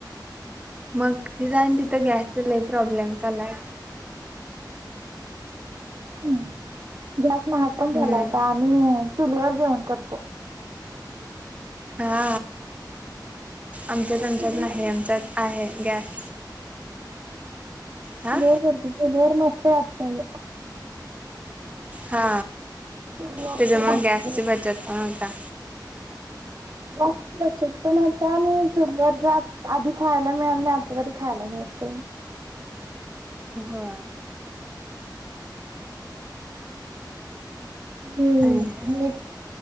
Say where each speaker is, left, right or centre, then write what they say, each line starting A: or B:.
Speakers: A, on the right (about 20°); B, on the right (about 50°).
A: मग तिथं आणि तिथं गॅसचा लही प्रॉब्लेम झालाय
B: हम् महाग
A: आहे
B: पण झाला आता आम्ही चुलीवर जेवण करतो
A: हा आमच्यात
B: चुलीवर
A: आमच्यात नाही आमच्यात आहे गॅस हा
B: र करतेर चुलीवर मस्त <unintelligible>
A: हा
B: चुलीवरच्या
A: त्याच्यामुळ
B: भाकरी
A: गॅसची बचत पण होता
B: जास्त बचत प न होता आणि सुरुवात आधी खायला मिळाल नाही आता तरी खायला मिळते
A: हो
B: हम्म
A: आणि का
B: मी एक